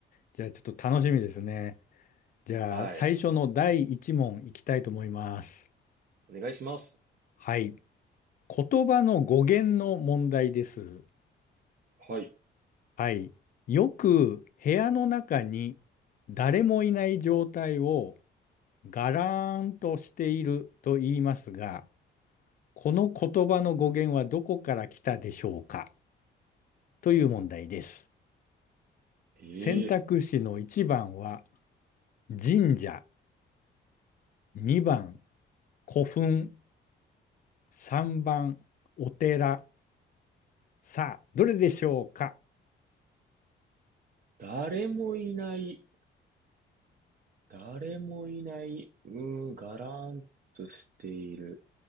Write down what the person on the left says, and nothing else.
じゃあ、ちょっと楽しみですね。じゃあ、
最初の第一問いきたいと思います。
はい。言葉の語源の問題です。
はい。よく部屋の中に誰もいない状態をガラーンとしていると言いますが、この言葉の語源はどこから来たでしょうかという問題です。
選択肢の1番は神社、2番古墳、3番お寺。さあ、どれでしょうか